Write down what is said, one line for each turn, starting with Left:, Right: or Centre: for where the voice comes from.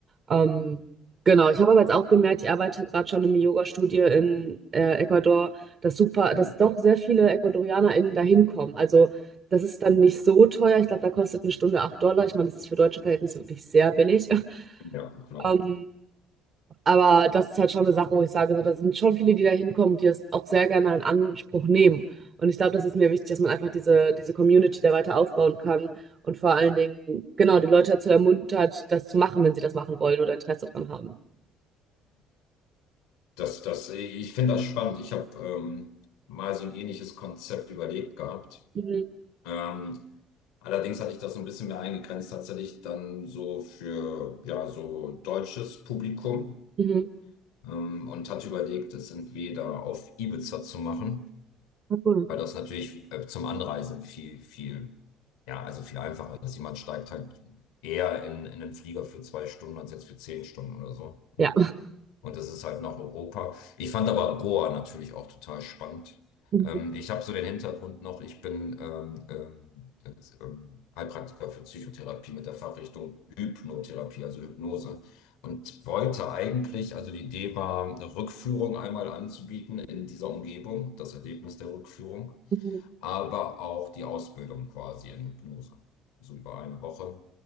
Right: Ähm, genau, ich habe aber jetzt auch gemerkt, ich arbeite gerade schon in im Yoga-Studio in äh, Ecuador, dass super,
Left: Mhm.
Right: dass doch sehr viele EcuadorianerInnen da hinkommen. Also das ist dann
Left: Mhm.
Right: nicht so teuer. Ich glaube, da kostet eine Stunde 8 Dollar. Ich meine, das ist für deutsche Verhältnisse wirklich sehr billig. <laughs>
Left: Ja, genau.
Right: Ähm, aber das ist halt schon eine Sache, wo ich sage, so, da sind schon viele, die da hinkommen, die das auch sehr gerne in Anspruch nehmen. Und ich glaube, das ist mir wichtig, dass man einfach diese, diese Community da weiter aufbauen kann und vor allen Dingen, genau, die Leute dazu ermuntert, das zu machen, wenn sie das machen wollen oder Interesse daran haben.
Left: Das, das, ich finde das spannend. Ich habe ähm, mal so ein ähnliches Konzept überlegt gehabt.
Right: Mhm.
Left: Ähm, allerdings hatte ich das so ein bisschen mehr eingegrenzt, tatsächlich dann so für ja, so deutsches Publikum
Right: Mhm.
Left: ähm, und hatte überlegt, es entweder auf Ibiza zu machen,
Right: Ja, cool.
Left: weil das natürlich äh, zum Anreisen viel, viel, ja, also viel einfacher ist. Jemand steigt halt eher in, in einen Flieger für zwei Stunden als jetzt für zehn Stunden oder so. Ne?
Right: Ja.
Left: Und das ist halt nach Europa. Ich fand aber Goa natürlich auch total spannend.
Right: Mhm.
Left: Ähm, ich habe so den Hintergrund noch, ich bin ähm, ähm, jetzt, ähm, Heilpraktiker für Psychotherapie mit der Fachrichtung Hypnotherapie, also Hypnose. Und wollte eigentlich, also die Idee war, eine Rückführung einmal anzubieten in dieser Umgebung, das Erlebnis der Rückführung
Right: Mhm.
Left: aber auch die Ausbildung quasi in Hypnose. So über eine Woche